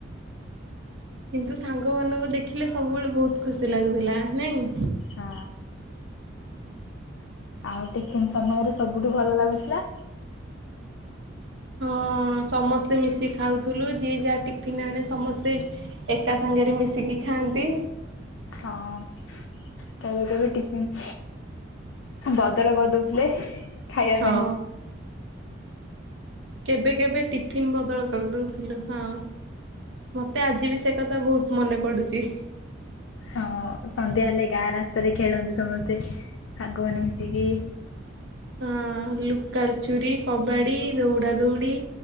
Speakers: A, on the right (about 65°); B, on the left (about 75°).
A: କିନ୍ତୁ ସାଙ୍ଗ ମାନଙ୍କୁ ଦେଖିଲେ ସବୁବେଳେ ବହୁତ ଖୁସି ଲାଗୁଥିଲା ନାଇଁ।
B: ହଁ। ଆଉ ଟିଫନ୍ ସମୟରେ ସବୁଠୁ ଭଲ ଲାଗୁଥିଲା।
A: ହଁ ସମସ୍ତେ ମିଶି ଖାଉଥିଲୁ ଯିଏ ଯାହା ଟିଫିିନ ଆଣେ ସମସ୍ତେ ଏକା ସାଙ୍ଗରେ ମିଶିକି ଖାଆନ୍ତି।
B: ହଁ କେବେ କେବେ ଟିଫନ୍? ବଦଳ କରିଦଉଥିଲେ ଖାଇବା
A: ହଁ
B: ପାଇଁ।
A: କେବେ କେବେ ଟିଫିନ୍ ବଦଳ କରିଦେଉଥିଲୁ ହଁ। ମତେ ଆଜି ବି ସେ କଥା ବହୁତ ମନେ ପଡୁଛି।
B: ହଁ ସନ୍ଧ୍ୟା ହେଲେ ଗାଁ ରାସ୍ତାରେ ଖେଳନ୍ତି ସମସ୍ତେ ସାଙ୍ଗ ମାନ ମିଶିକି।
A: ହଁ ଲୁକା ଚୁରି କବାଡ଼ି ଦୌଡା ଦୌଡ଼ି।